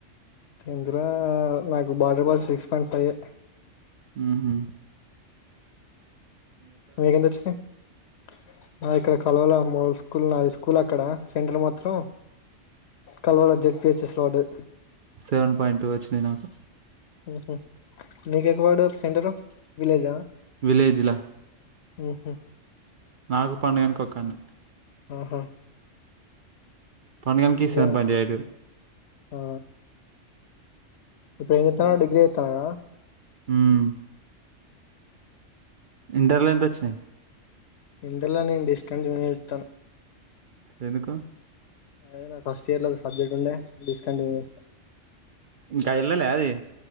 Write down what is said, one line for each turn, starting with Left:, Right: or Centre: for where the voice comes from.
Left: టెన్త్ ల నాకు బార్డర్ మార్స్ సిక్స్ పాయింట్ ఫైవే
Right: హుహు
Left: మీకెంత వచ్చినాయి ఇక్కడ కల్వల మోడల్ స్కూల్ నా హైస్కూల్ అక్కడ సెంటర్ మాత్రం కల్వాల జెడ్ పిహెచ్ఎస్ లో బడ్డది
Right: సెవెన్ పాయింట్ టూ వచ్చినాయి నాకు
Left: హుహూ నీకు ఎక్కడ పడ్డది సెంటర్ విలేజా
Right: విలేజ్లా
Left: ఉమ్ హూ
Right: నాకు పండుగానిక్కి ఒక్కాన్నే
Left: ఆహా
Right: పండు గానికి
Left: ఇంకా
Right: సెవన్ పాయింట్ ఏట్
Left: ఆ ఇప్పుడు ఎంజేత్తునడు డిగ్రీ జేత్తునాడ
Right: ఉమ్ ఇంటర్ల ఎంత వచ్చినాయి
Left: ఇంటర్ ల నేను డిస్కంటిన్యూ జేత్తున
Right: ఎందుకు
Left: అదే నా ఫస్ట్ ఇయర్ లో ఒక సబ్జెక్ట్ ఉండే డిస్కంటిన్యూ జేసా
Right: ఇంకా ఎల్లలే అది